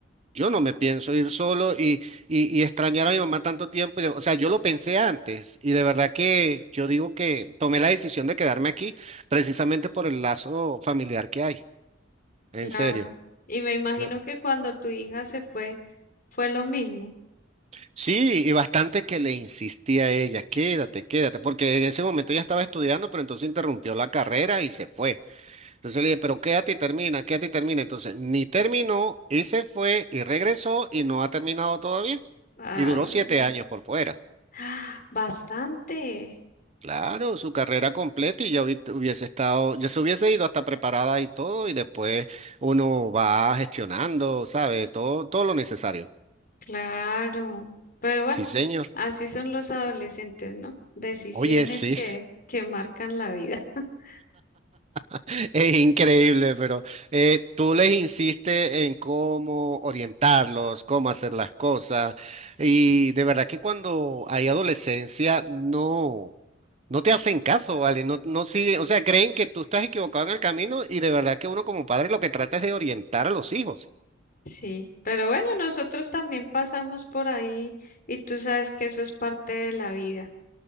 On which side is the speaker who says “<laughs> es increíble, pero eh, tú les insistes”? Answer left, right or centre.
Right